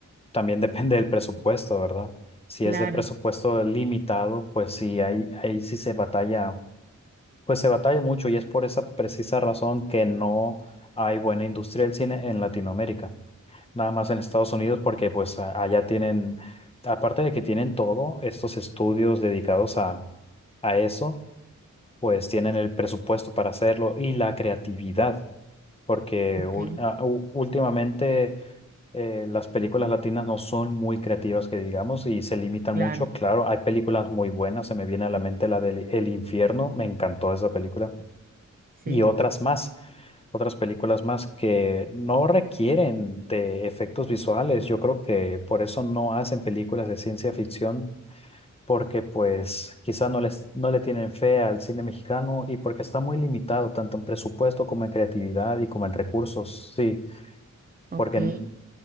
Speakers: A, on the left; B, on the right.
A: también <laughs> depende del presupuesto, ¿verdad? Si
B: Claro,
A: es de presupuesto limitado, pues sí, ahí, ahí sí se batalla, pues se batalla mucho y es por esa precisa razón que no hay buena industria del cine en Latinoamérica nada más en Estados Unidos, porque pues a- allá tienen, aparte de que tienen todo, estos estudios dedicados a, a eso, pues tienen el presupuesto para hacerlo y la creatividad, porque
B: ok,
A: ul- a- u- últimamente eh, las películas latinas no son muy creativas, que digamos, y se limitan
B: claro,
A: mucho. Claro, hay películas muy buenas, se me viene a la mente la del El Infierno, me encantó esa película,
B: sí,
A: y otras más otras películas más que no requieren de efectos visuales. Yo creo que por eso no hacen películas de ciencia ficción, porque pues quizá no les, no le tienen fe al cine mexicano y porque está muy limitado tanto en presupuesto como en creatividad y como en recursos. Sí,
B: ok,
A: porque, n-